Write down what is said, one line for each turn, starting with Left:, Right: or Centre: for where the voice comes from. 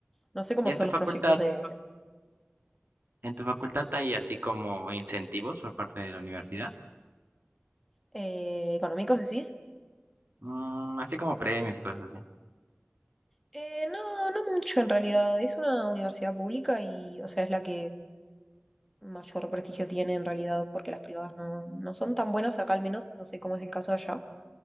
Centre: No sé cómo
Right: ¿Y en
Centre: son
Right: tu
Centre: los
Right: facultad?
Centre: proyectos de
Right: ¿En tu facultad hay así como incentivos por parte de la universidad?
Centre: eh, económicos, decís.
Right: Mm, así como premios y cosas así.
Centre: Eh, no, no mucho en realidad. Es una universidad pública y, o sea, es la que mayor prestigio tiene en realidad, porque las privadas no, no son tan buenas acá al menos. No sé cómo es el caso allá.